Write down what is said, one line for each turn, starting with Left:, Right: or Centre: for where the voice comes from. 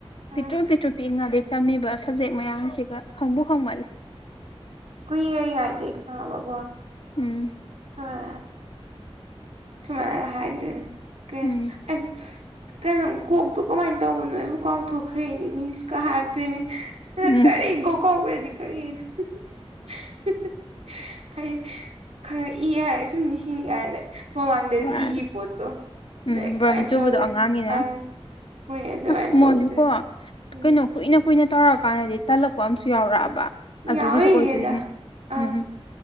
Right: ꯑꯥ
Left: ꯄꯤꯛꯇ꯭ꯔꯨ ꯄꯤꯛꯇ꯭ꯔꯨ ꯄꯤꯛꯏꯉꯩꯗ ꯇꯝꯃꯤꯕ ꯁꯕꯖꯦꯛ ꯃꯌꯥꯝꯁꯤꯒ ꯈꯪꯕꯨ ꯈꯪꯃꯜꯂꯦ
Right: ꯀꯨꯏꯔꯦ ꯀꯥꯏꯗꯦ ꯈꯪꯉꯕꯀꯣ
Left: ꯎꯝ
Right: <unintelligible> ꯁꯃꯥꯏ ꯁꯃꯥꯏꯅ ꯍꯥꯏꯗꯨ ꯀꯩꯅꯣ
Left: ꯎꯝ
Right: ꯀꯣꯛꯇꯨ ꯀꯃꯥꯏꯅ ꯇꯧꯕꯅꯣꯕꯨ ꯀꯥꯎꯊꫭꯛ ꯊꯣꯛꯈ꯭ꯔꯦꯅꯤ ꯃꯤꯁꯀ ꯍꯥꯔꯛꯇꯣꯏꯅꯤ ꯑꯗ
Left: ꯎꯝ
Right: ꯀꯔꯤ ꯒꯣ ꯀꯥꯎꯈ꯭ꯔꯗꯤ ꯀꯔꯤ <unintelligible> ꯃꯃꯥꯡꯗꯗꯤ
Left: ꯍꯣꯏ
Right: ꯏꯒꯤ ꯄꯣꯠꯇꯣ ꯑꯗꯩ
Left: ꯎꯝ ꯕ꯭ꯔꯝ
Right: ꯀꯃꯥꯏꯅ
Left: ꯆꯨꯕꯗꯣ
Right: ꯇꯧꯏ
Left: ꯑꯉꯥꯡꯅꯤꯅ
Right: ꯑ ꯍꯣꯏ ꯑꯗꯃꯥꯏꯅ
Left: ꯑꯁ ꯃꯣꯏꯁꯨꯀꯣ
Right: ꯇꯧꯗꫭꯏꯅꯦ ꯎꯝ
Left: ꯀꯩꯅꯣ ꯀꯨꯏꯅ ꯀꯨꯏꯅ ꯇꯧꯔꯛꯑꯀꯥꯟꯗꯗꯤ ꯇꯜꯂꯛꯄ ꯑꯃꯁꯨ ꯌꯥꯎꯔꯛꯑꯕ ꯑꯗꯨꯒꯤꯁꯨ
Right: ꯌꯥꯎꯔꯤꯅꯤꯗ
Left: ꯑꯣꯏꯗꯣꯏꯅꯦ
Right: ꯑꯪ
Left: ꯎꯝ ꯎꯝ